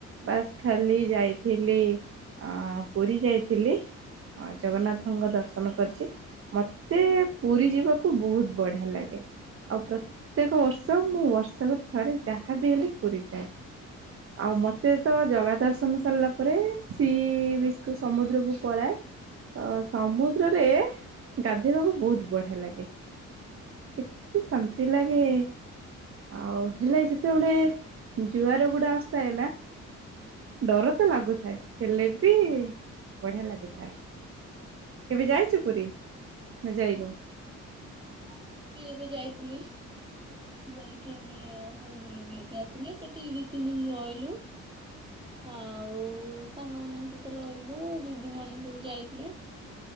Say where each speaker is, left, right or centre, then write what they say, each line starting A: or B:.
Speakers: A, on the right; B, on the right.
A: ବାସ୍ ଖାଲି ଯାଇଥିଲି, ଅଁ ପୁରୀ ଯାଇଥିଲି। ଅଁ, ଜଗନ୍ନାଥଙ୍କ ଦର୍ଶନ କରିଚି। ମତେ ପୁରୀ ଯିବାକୁ ବହୁତ ବଢିଆ ଲାଗେ। ଆଉ ପ୍ର
B: ହଁ।
A: କଉ ଅର୍ଶ, ମୁଁ ଅର୍ଷ କରେ ଥରେ ଯାହା ବିି ହେଲେ ପୁରୀ ଯାଏ। ଆଉ ମୋତେ ତ ଜଗା ଦର୍ଶନ ସାରିଲା ପରେ-ଏ ସି ବିସ୍ କୁ ସମୁଦ୍ରକୁ ପଳାଏ। ଅ ସମୁଦ୍ରରେ ରେ ଗାଧେଇବାକୁ ବହୁତ ବଢିଆ ଲାଗେ। କେତେ ଶାନ୍ତି ଲାଗେ! ଗେ, ଆଉ ହେଲେ ସେତେବେଳେ, ଜୁଆର ଗୁଡା ଆସୁ ଥାଏ ନା, ଡର ତ ଲାଗୁଥାଏ। ହେଲେ ବି, ବଢ଼ିଆ ଲାଗୁଥାଏ। କେବେ ଯାଇଛୁ ପୁରୀ, ନା ଯାଇନୁ?
B: ହଁ, ମୁଁ ବି ଏବେ ଯାଇଥିଲି। ଯାଇକି ଏବେ ହେଇ ବୁଲି ବୁଲିକି ଆସିଲେ। ସେଠି ଦି ତିନି ଦିନ ରହିଲୁ। ଆଉ ସାଙ୍ଗ ମାନଙ୍କ ସହିତ ରହିଲୁ। ଜୁଜି ମାନେ ସବୁ ଯାଇଥିଲେ।